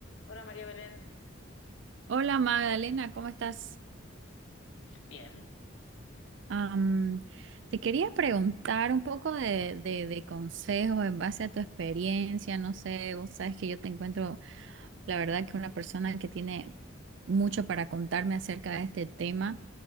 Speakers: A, on the left; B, on the right.
A: Hola María Belén.
B: Hola Magdalena, ¿cómo estás?
A: Bien.
B: Am, te quería preguntar un poco de, de, de consejos en base a tu experiencia. No sé, vos sabes que yo te encuentro, la verdad, que una persona que tiene mucho para contarme acerca de este tema.